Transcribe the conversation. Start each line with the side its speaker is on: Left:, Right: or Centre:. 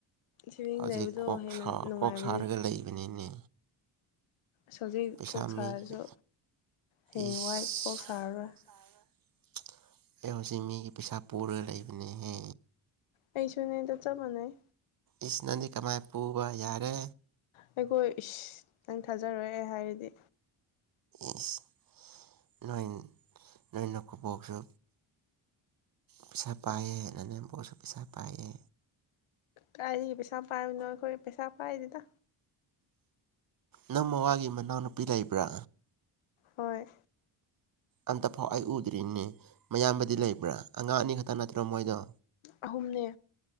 Left: ꯁꯦꯚꯤꯡ
Right: ꯍꯧꯖꯤꯛ
Left: ꯂꯩꯕꯗꯣ
Right: ꯀꯣꯛ
Left: ꯍꯦꯟꯅ
Right: ꯁꯥ
Left: ꯅꯨꯡꯉꯥꯏꯕꯅꯦ
Right: ꯀꯣꯛ ꯁꯥꯔꯒ ꯂꯩꯕꯅꯤꯅꯦ
Left: ꯍꯧꯖꯤꯛ
Right: ꯄꯩꯁꯥ
Left: ꯀꯣꯛ ꯁꯥꯔꯁꯨ
Right: ꯃꯤꯒꯤ
Left: ꯍꯌꯦꯡ
Right: ꯏꯁ
Left: ꯋꯥꯏ ꯀꯣꯛ ꯁꯥꯔꯔꯣꯏ
Right: <unintelligible> ꯑꯩ ꯍꯧꯖꯤꯛ ꯃꯤꯒꯤ ꯄꯩꯁꯥ ꯄꯨꯔꯒ ꯂꯩꯕꯅꯤꯍꯦ
Left: ꯑꯩꯩꯁꯨꯅꯤꯗ ꯆꯞ ꯃꯥꯟꯅꯩ
Right: ꯏꯁ ꯅꯪꯗꯤ ꯀꯃꯥꯏꯅ ꯄꯨꯕ ꯌꯥꯔꯦ
Left: ꯑꯩꯈꯣꯏ ꯏꯁ ꯅꯪ ꯊꯥꯖꯔꯣꯏ ꯑꯩ ꯍꯥꯏꯔꯗꯤ
Right: ꯏꯁ ꯅꯣꯏ ꯅꯣꯏ ꯅꯀꯨꯕꯣꯛꯁꯨ ꯄꯩꯁꯥ ꯄꯥꯏꯌꯦ ꯅꯅꯦꯝꯕꯣꯛꯁꯨ ꯄꯩꯁꯥ ꯄꯥꯏꯌꯦ
Left: ꯀꯥꯏꯗꯩꯩ ꯄꯩꯁꯥ ꯄꯥꯏꯕꯅꯣ ꯑꯩꯈꯣꯏ ꯄꯩꯁꯥ ꯄꯥꯏꯗꯦꯗ
Right: ꯅꯪ ꯃꯋꯥꯒꯤ ꯃꯅꯥꯎꯅꯨꯄꯤ ꯂꯩꯕ꯭ꯔꯥ
Left: ꯍꯣꯏ
Right: ꯑꯝꯇꯐꯥꯎ ꯑꯩ ꯎꯗ꯭ꯔꯤꯅꯤ ꯃꯌꯥꯝꯕꯗꯤ ꯂꯩꯕ꯭ꯔꯥ ꯑꯉꯥꯡ ꯑꯅꯤ ꯈꯛꯇ ꯅꯠꯇ꯭ꯔꯣ ꯃꯣꯏꯗꯣ
Left: ꯑꯍꯨꯝꯅꯦ